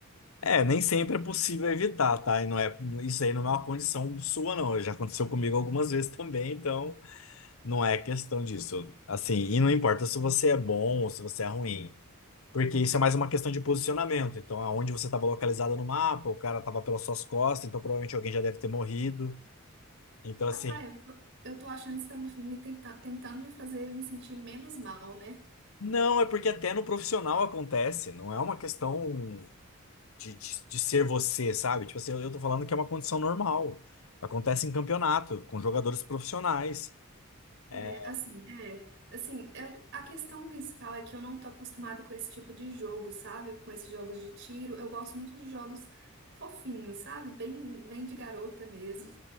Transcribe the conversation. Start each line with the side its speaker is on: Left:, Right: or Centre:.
Left: é, nem sempre é possível evitar, tá? E não é, isso aí não é uma condição sua, não. Já aconteceu comigo algumas vezes também, então. Não é questão disso. Assim, e não importa se você é bom ou se você é ruim, porque isso é mais uma questão de posicionamento. Então, aonde você estava localizado no mapa, o cara estava pelas suas costas, então provavelmente alguém já deve ter morrido. Então,
Right: Papai,
Left: assim,
Right: eu tô, eu tô achando que você tá me, me tenta- tentando me fazer me sentir menos mal, né?
Left: não, é porque até no profissional acontece, não é uma questão de, de, de ser você, sabe? Tipo assim, eu, eu tô falando que é uma condição normal. Acontece em campeonato, com jogadores profissionais. É,
Right: É, assim, é, assim, eu- a questão principal é que eu não tô acostumada com esse tipo de jogo, sabe? Com esses jogos de tiro. Eu gosto muito de jogos fofinhos, sabe? Bem, bem de garota mesmo.